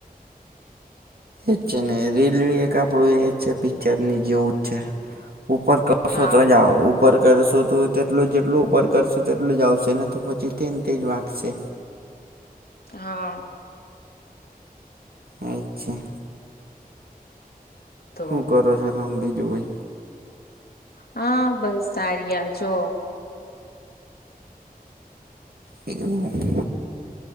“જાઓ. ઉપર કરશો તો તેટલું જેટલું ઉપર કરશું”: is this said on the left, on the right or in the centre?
Right